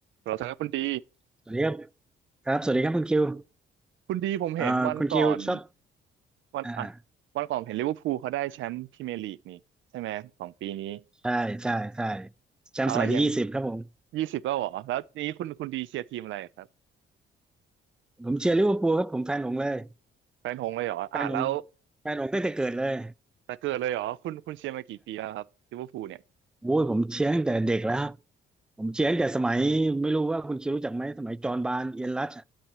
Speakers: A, on the right; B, in the centre.
A: เราจะให้คุณดี
B: สวัสดีครับครับสวัสดีครับคุณคิว
A: คุณดีผมเห็นวันก่อน
B: เอ่อคุณคิวชอบ
A: วันอ่ะ
B: อ่า
A: วันก่อนเห็นลิเวอร์พูลเขาได้แชมป์พรีเมียร์ลีกนี่ใช่ไหมของปีนี้
B: ใช่ใช่ใช่แชมป์สมัยที่ยี่สิบครับผม
A: อ่ะแล้วอย่างยี่สิบแล้วเหรอแล้วนี้คุณคุณดีเชียร์ทีมอะไรครับ
B: ผมเชียร์ลิเวอร์พูลครับผมแฟนหงส์เลย
A: แฟนหงส์เลยเหรออ่ะแล้ว
B: แฟนหงส์แฟนหงส์ตั้งแต่เกิดเลย
A: แต่เกิดเลยเหรอคุณคุณเชียร์มากี่ปีแล้วครับลิเวอร์พูลเนี่ย
B: โอ้ยผมเชียร์ตั้งแต่เด็กแล้วครับผมเชียร์ตั้งแต่สมัยไม่รู้ว่าคุณคิวรู้จักไหมสมัยจอห์นบาร์นเอียนรัชอะ